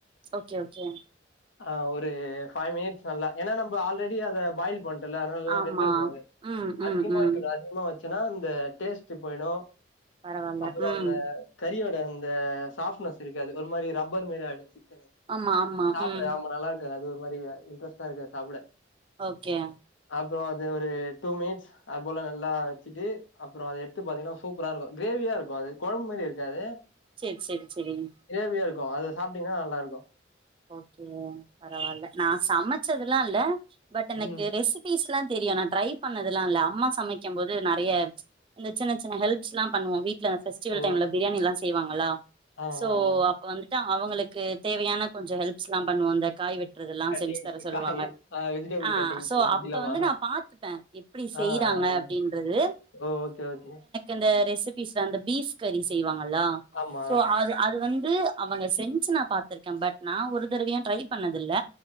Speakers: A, on the right; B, on the left.
A: ஓகே ஓகே
B: அ ஒரு ஃபை மினிட்ஸ் நல்லா ஏன்னா நம்ப ஆல்ரெடி அத பாயில் பண்டோல அதனாலல்லா
A: ஆமா
B: வெந்துருக்கோ அது
A: ம் ம்
B: அதிகமா
A: ம்
B: வெக்கூடாது அதிகமா வெச்சோனா இந்த டேஸ்ட்டு போயிடோ
A: பரவால்ல
B: அப்பறோ
A: ம்
B: அந்த கறியோட அந்த சாஃப்ட்னஸ் இருக்காது ஒரு மாரி ரப்பர் மாரி ஆயிடோச்சி சிக்கனு
A: ஆமா ஆமா
B: சாப்புட
A: ம்
B: ஆமா நல்லா இருக்காது அது ஒரு மாரி இன்ட்ரெஸ்ட்டா இருக்காது சாப்புட
A: ஓகே
B: அப்பறோ அது ஒரு டூ மினிட்ஸ் அது போல நல்லா வெச்சுட்டு அப்பறோ அத எத்து பாத்தீங்கன்னா சூப்பரா இருக்கோ கிரேவியா இருக்கோ அது கொழம்பு மாறி இருக்காது
A: செரி செரி செரிங்க
B: கிரேவியா இருக்கோ அத சாப்ட்டீங்கன்னா நல்லா இருக்கோ
A: ஓகே பரவால்ல நா சமச்சதுலா இல்ல பட் எனக்கு
B: ம்.
A: ரெசி பீஸ்லா தெரியு நா ட்ரை பண்ணதுலா இல்ல அம்மா சமைக்கு போது நறிய இந்த சின்ன சின்ன ஹல்ப்ஸ்லா பண்ணுவோ வீட் ல ஃபெஸ்டிவல்
B: ஓ!
A: டைம்ல பிரியாணில்லா செய்வாங்களா
B: ஆ,
A: சோ
B: ஆ, ஆ.
A: அப்ப வந்துட்டு அவங்களுக்கு தேவையான கொஞ்சோ ஹெல்ப்ஸ்லா பண்ணுவோ அந்த காய் வெட்றதல்லா
B: கட்டிங்ஸ்
A: செஞ்சு தர சொல்லுவாங்க
B: காய் ஆ வெஜிடபிள்
A: அ
B: கட்டிங்ஸ்
A: சோ
B: அப்டிலாமா?
A: அப்ப வந்து நா பாத் த்துப்பே எப்டி செய்றாங்க
B: ஆ, ஆ, ஆ.
A: அப்டின்றது
B: ஓ ஓகே ஓகே
A: அந்த ரெசிபிஸ்ல அந்த பீஃப் கறி செய்வாங்களா
B: ஆமா.
A: சோ அது அது வந்து அவங்க செஞ்சு நா பாத்துர்க்கே பட் நா ஒரு தடவயு ட்ரை பண்ணதில்ல